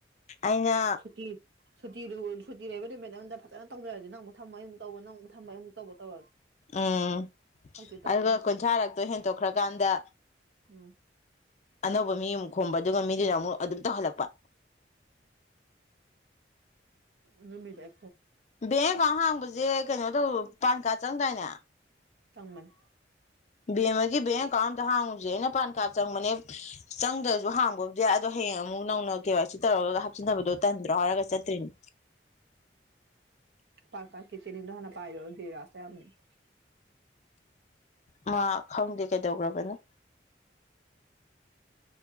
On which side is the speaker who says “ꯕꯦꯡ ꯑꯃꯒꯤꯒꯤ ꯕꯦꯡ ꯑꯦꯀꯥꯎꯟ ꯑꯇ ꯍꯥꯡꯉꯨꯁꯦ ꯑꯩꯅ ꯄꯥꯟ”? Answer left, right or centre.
Left